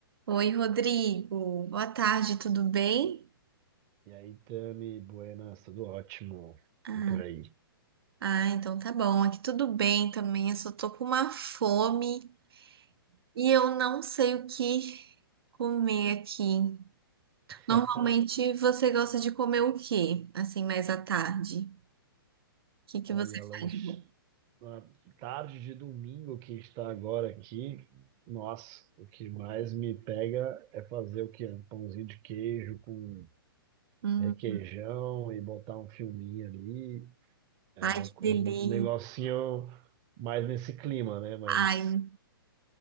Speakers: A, on the right (about 80°); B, on the right (about 30°).
A: Oi, Rodrigo. Boa tarde, tudo bem?
B: E aí, Tami, buenas, tudo ótimo.
A: Ah,
B: E por aí.
A: ah, então tá bom. Aqui tudo bem também. Eu só tô com uma fome e eu não sei o que comer aqui.
B: <laughs>
A: Normalmente você gosta de comer o quê? Assim, mais à tarde. O que que
B: Olha,
A: você
B: lanche...
A: faz de bom?
B: na tarde de domingo que está agora aqui, nossa, o que mais me pega é fazer o quê? Um pãozinho de queijo com
A: Hum,
B: requeijão e botar um filminho ali. É
A: ai,
B: uma...
A: que delícia.
B: um negocinho mais nesse clima, né? Mas,
A: Ai,